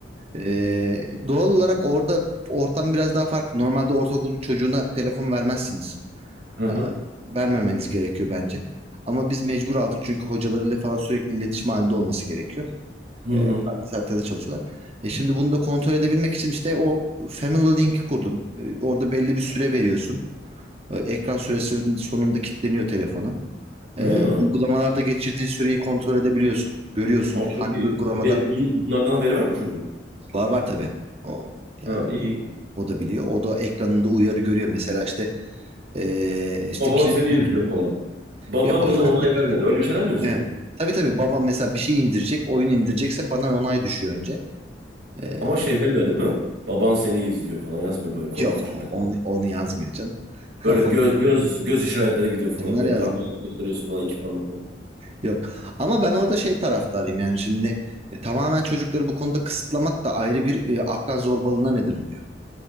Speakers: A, on the right (about 35°); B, on the right (about 75°).
A: Ee, doğal olarak orada ortam biraz daha farklı. Normalde ortaokul çocuğuna telefon vermezsiniz.
B: Hı hı.
A: Aa, vermemeniz gerekiyor bence. Ama biz mecbur aldık çünkü hocalarıyla falan sürekli iletişim halinde olması gerekiyor.
B: Hı
A: Ee,
B: hı.
A: farklı saatlerde çalışıyorlar. E şimdi bunu da kontrol edebilmek için işte o Family Link'i kurdum. Ee, orada belli bir süre veriyorsun. Ee, ekran süresinin sonunda kilitleniyor telefonu.
B: Ha.
A: Ee, uygulamalarda geçirdiği süreyi kontrol edebiliyorsun. Görüyorsun
B: Aa, çok
A: hangi
B: iyi.
A: uygulamada
B: E, pe- bunlardan haberi var mı çocuğun?
A: var var tabii. O, yani.
B: Ha iyi.
A: O da biliyor. O da ekranında uyarı görüyor. Mesela işte eee işte
B: Baban
A: kilitli
B: seni izliyor falan. Baban
A: ya bak.
B: buna onay
A: <laughs>
B: vermedi. Öyle bir şeyler mi yazıyor?
A: Evet. Tabii tabii babam mesela bir şey indirecek, oyun indirecekse bana onay düşüyor önce. Eee,
B: Ama şey demiyor değil mi? Baban seni izliyor falan yazmıyor böyle korkutucu.
A: yok o-
B: bir-
A: onu, onu yazmıyor canım. <laughs>
B: Böyle göz
A: Onu
B: göz göz işaretleri gidiyor falan
A: kimler
B: böyle
A: yazmıyor.
B: parmağını gösteriyorsun falan iki parmakla.
A: <laughs> Yok. Ama ben orada şey taraftarıyım yani şimdi e, tamamen çocukları bu konuda kısıtlamak da ayrı bir e, akran zorbalığına neden oluyor.